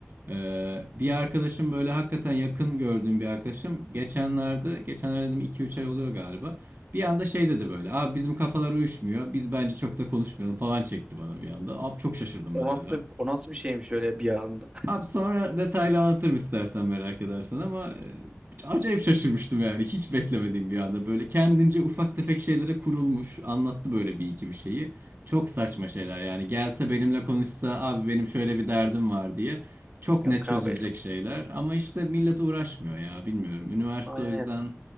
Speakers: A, on the right; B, on the right.
A: Ee, bir arkadaşım böyle hakikaten yakın gördüğüm bir arkadaşım geçenlerde geçenlerde dedim iki üç ay oluyor galiba. Bir anda şey dedi böyle. Abi bizim kafalar uyuşmuyor. Biz bence çok da konuşmayalım falan çekti bana bir anda. Abi çok şaşırdım
B: O
A: mesela.
B: nasıl, o nasıl bir şeymiş öyle bir anda?
A: Abi sonra detaylı anlatırım istersen merak edersen ama e, acayip şaşırmıştım yani hiç beklemediğim bir anda böyle kendince ufak tefek şeylere kurulmuş anlattı böyle bir iki bir şeyi çok saçma şeyler yani gelse benimle konuşsa abi benim şöyle bir derdim var diye
B: <laughs>
A: çok
B: Yok
A: net çözülecek
B: abi.
A: şeyler ama işte millet uğraşmıyor ya bilmiyorum üniversite
B: Aynen.
A: o yüzden